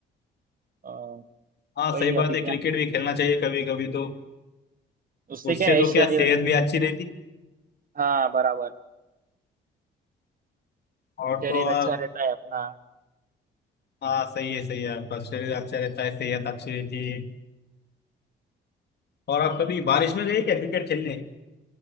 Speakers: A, on the right; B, on the left.
A: अ,
B: हाँ
A: वही
B: सही बात
A: अभी
B: है
A: क्या
B: क्रिकेट भी खेलना चाहिए कभी कभी तो
A: उससे
B: उससे
A: क्या है
B: तो
A: शरीर
B: क्या सेहत भी अच्छी रहती
A: हाँ बराबर
B: और
A: शरीर
B: तो और
A: अच्छा रहता है अपना
B: हाँ सही है सही है आपका शरीर अच्छा रहता है सेहत अच्छी रहती है और आप कभी बारिश में गए क्या क्रिकेट खेलने